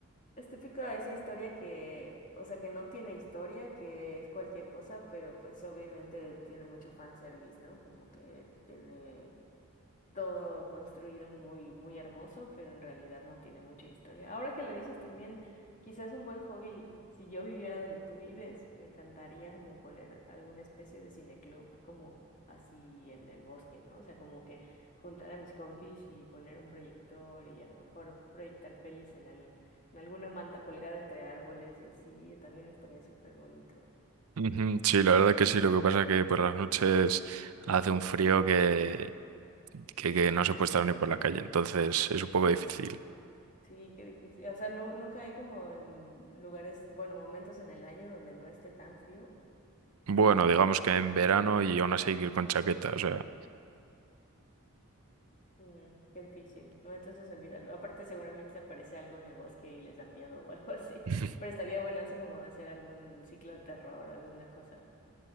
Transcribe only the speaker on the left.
es típica esa historia que, o sea, que no tiene historia, que es cualquier cosa, pero pues obviamente tiene mucho fanservice, ¿no? Como que tiene todo construido muy, muy hermoso, pero en realidad no tiene mucha historia. Ahora que lo dices también, quizás un buen hobby, si yo viviera donde tú vives, me encantaría como poner alguna especie de cineclub como así en el bosque, ¿no? O sea, como que juntar a mis compis y poner un proyector y a lo mejor proyectar pelis en el- en alguna manta colgada entre árboles y así, también estaría súper bonito.
Sí, qué difícil. O sea, no, nunca hay como en lugares, bueno, momentos en el año donde no esté tan frío.
Mm, qué difícil, ¿no? Entonces olvídalo. Aparte, seguramente aparece algo en el bosque y les da miedo o algo así.
<laughs> Pero estaría buenazo como hacer algún ciclo de terror o alguna cosa.